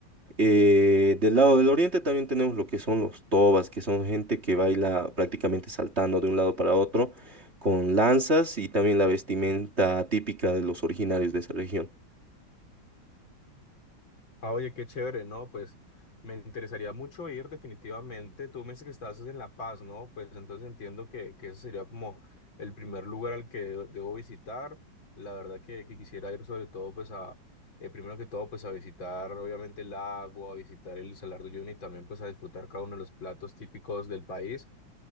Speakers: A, on the right (about 35°); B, on the left (about 80°).
A: Eh, del lado del oriente también tenemos lo que son los tobas, que son gente que baila prácticamente saltando de un lado para otro con lanzas y también la vestimenta típica de los originarios de esa región.
B: Ah, oye, qué chévere, ¿no? Pues me interesaría mucho ir definitivamente. Tú me dices que estás en La Paz, ¿no? Pues entonces entiendo que, que ese sería como el primer lugar al que debo visitar. La verdad que, que quisiera ir sobre todo, pues a, eh, primero que todo, pues a visitar obviamente el lago, a visitar el Salar de Uyuni y también pues a disfrutar cada uno de los platos típicos del país.